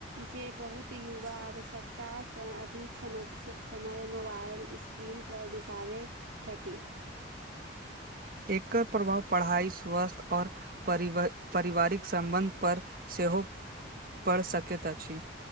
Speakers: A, on the right; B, on the right.
A: जे बहुत युवा आवश्यकतास अधिक समस्य समय मोबाइल स्क्रीन दिन पर बितावैत छथि
B: एकर प्रभाव पढ़ाई स्वस्थ्य ओर परिव परिवारिक संबंध पर से सेहो पढ़ सकैत अछि